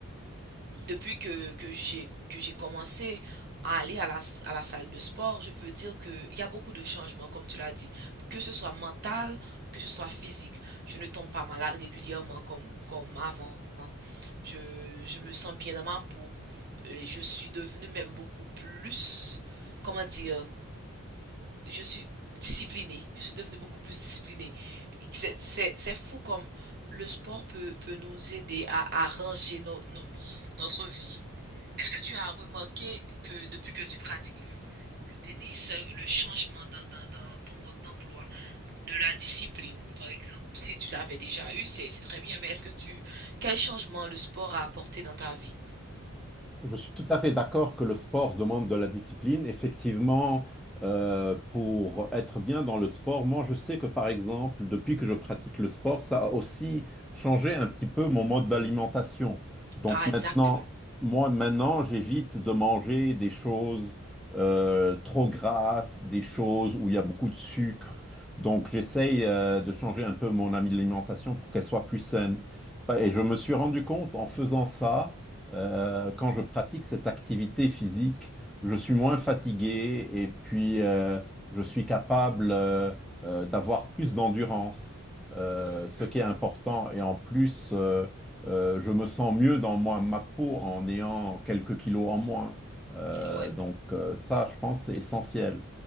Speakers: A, on the right (about 45°); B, in the centre.
A: depuis que, que j'ai, que j'ai commencé à aller à la, s- à la salle de sport, je peux dire qu'il y a beaucoup de changements, comme tu l'as dit, que ce soit mental, que ce soit physique. Je ne tombe pas malade régulièrement comme, comme avant. Je, je me sens bien dans ma peau. Et je suis devenue même beaucoup plus, comment dire, je suis disciplinée. Je suis devenue beaucoup plus disciplinée. C'est, c'est, c'est fou comme le sport peut, peut nous aider à arranger nos, nos- notre vie. Est-ce que tu as remarqué que depuis que tu pratiques le, le tennis, euh, le changement dans, dans- dans ton mode d'emploi, de la discipline, par exemple, si tu l'avais déjà eu, c'est, c'est très bien, mais est-ce que tu, quel changement le sport a apporté dans ta vie?
B: Je suis tout à fait d'accord que le sport demande de la discipline. Effectivement, euh, pour être bien dans le sport, moi je sais que par exemple, depuis que je pratique le sport, ça a aussi changé un petit peu mon mode d'alimentation. Donc
A: Ah,
B: maintenant,
A: exactement.
B: moi maintenant, j'évite de manger des choses euh, trop grasses, des choses où il y a beaucoup de sucre. Donc j'essaye euh, de changer un peu mon alimentation pour qu'elle soit plus saine. Et je me suis rendu compte en faisant ça euh, quand je pratique cette activité physique, je suis moins fatigué et puis euh, je suis capable euh, euh, d'avoir plus d'endurance, euh,
A: Mhm.
B: ce qui est important. Et en plus, euh, euh, je me sens mieux dans moi, ma peau en ayant quelques kilos en moins. Euh,
A: Ouais.
B: donc euh, ça, je pense, c'est essentiel.